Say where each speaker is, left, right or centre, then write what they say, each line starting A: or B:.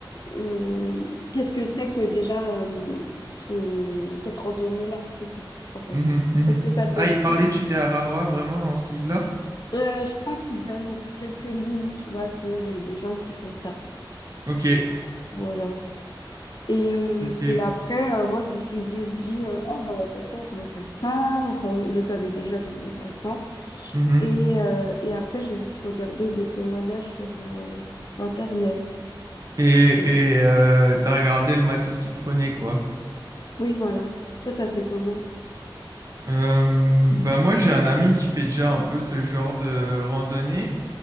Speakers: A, on the left; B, on the right.
A: euh, qu'est-ce que c'est que déjà euh, ce- cette randonnée-là, c'est tout, en fait.
B: Mhm, mhm.
A: Parce que ça te donne
B: Ah, il
A: plus
B: parlait du thé Araroa vraiment dans ce livre-là?
A: Euh, je crois qu'ils donnent quelques lignes, tu vois, qu'il y a des gens qui font ça.
B: Ok.
A: Voilà. Et, euh,
B: Ok.
A: et après, euh, moi, je me suis juste dit, euh, oh, bah, de toute façon, je veux faire ça. Enfin, je, je savais déjà que je voulais faire ça.
B: Mhm.
A: Et, euh, et après, j'ai juste regardé des témoignages sur euh, Internet.
B: Et,
A: Voilà.
B: et euh, t'as regardé le matos qu'il prenait, quoi.
A: Oui, voilà. Toi, t'as fait comment?
B: Euh, bah moi, j'ai un ami qui fait déjà un peu ce genre de randonnée.